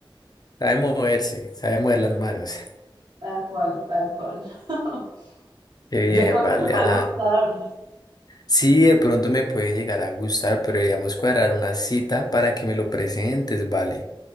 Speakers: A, on the left (about 45°); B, on the right (about 50°).
A: <laughs> sabe moverse, sabe mover las manos.
B: Tal cual, tal cual. <laughs>
A: Qué
B: Yo
A: bien,
B: creo
A: vale,
B: que te puede
A: Ah.
B: gustar.
A: Sí, de pronto me puede llegar a gustar, pero deberíamos cuadrar una cita para que me lo presentes, vale.